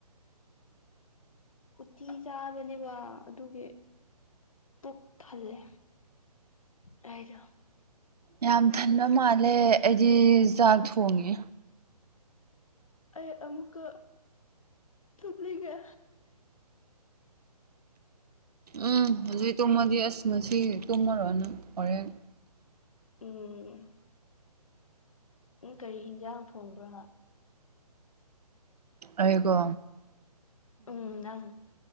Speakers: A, on the right; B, on the left.
A: <unintelligible>
B: ꯎꯇꯤ ꯆꯥꯕꯅꯦꯕ ꯑꯗꯨꯒꯤ ꯄꯨꯛ ꯊꯜꯂꯦ ꯔꫭꯏꯖꫭ <unintelligible>
A: ꯌꯥꯝ ꯊꯟꯕ ꯃꯥꯜꯂꯦ ꯑꯩꯗꯤ ꯆꯥꯛ ꯊꯣꯡꯏ
B: ꯑꯩ ꯑꯃꯨꯛꯀ ꯊꯨꯞꯂꯤꯒꯦ
A: ꯎꯝ ꯍꯧꯖꯤꯛ ꯇꯨꯝꯑꯗꯤ ꯑꯁ ꯉꯁꯤ ꯇꯨꯝꯑꯔꯣꯏ ꯍꯣꯔꯦꯟ
B: ꯎꯝ ꯎꯝ ꯀꯔꯤ ꯍꯤꯟꯖꯥꯡ ꯊꯣꯡꯕ꯭ꯔꯣ
A: ꯑꯩꯒꯣ
B: ꯎꯝ ꯅꯪ